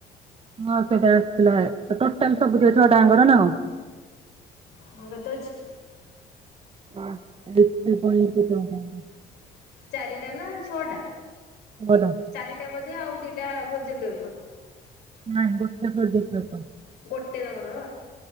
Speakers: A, on the right; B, on the left.
A: ହଁ ସେଇଟା ଆସିଥିଲା ଟୋଟାଲ ସବୁ ଦି ଛଅଟାଙ୍କର ନା କଣ?
B: ହଁ କେତେ ଅଛି?
A: <unintelligible>
B: ଚାରିଟା ନା ଛଅଟା?
A: ଛଅ ଟା।
B: ଚାରିଟା ବୋଧେ ଆଉ ଦିଟା ପ୍ରୋଜେକ୍ଟ ପେପର୍।
A: ନାଇଁ ଗୋଟେ ପ୍ରୋଜେକ୍ଟ ପେପର୍।
B: ଗୋଟେ ତମର?